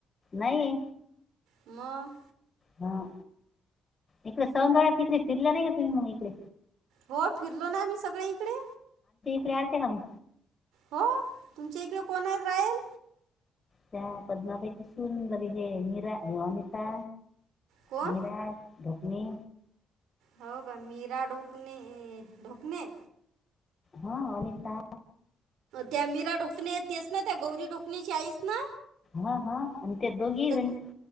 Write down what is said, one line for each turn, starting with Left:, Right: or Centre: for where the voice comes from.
Left: नाही
Right: मग
Left: हा इकडे सौधळ्यात त इकडे फिरल्या नाही तुम्ही मग इकडे
Right: हो, फिरलो ना आम्ही सगळे इकडे
Left: ते आलते का मगं
Right: हो, तुमच्या इकडे कोण आहेत राहील?
Left: त्या पद्मापैकी सुंदर हे मीरा ता
Right: कोण
Left: निराज धोपनी
Right: हो का मीरा ढोकणे ढोकणे
Left: हं अनिता
Right: त्या मीरा ढोकणे तेस ना त्या गौरी ढोकणे ची आईच ना?
Left: हा हा अन दोघी
Right: तर
Left: जनी